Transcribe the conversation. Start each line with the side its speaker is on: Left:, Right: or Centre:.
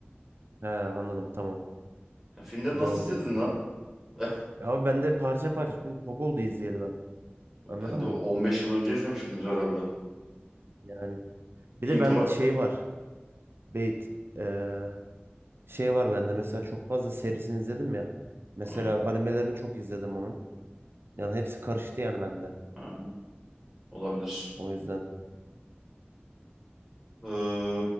Right: He anladım tamam.
Centre: Sen filmleri
Right: Doğru
Centre: nasıl izledin
Right: diyorsun.
Centre: la? <laughs>
Right: Ya abi ben de parça parça çünkü çok oldu izleyeli ben. Anladın
Centre: Ben de
Right: mı?
Centre: o 15 yıl önce izlemişimdir herhalde.
Right: Yani bir
Centre: İmpara...
Right: de ben şey var. Beyt eee, şey var bende mesela çok fazla serisini izledim ya. Mesela
Centre: Ha,
Right: animelerini çok izledim onun. Yani hepsi karıştı yani bende.
Centre: ha, olabilir.
Right: O yüzden
Centre: Ee,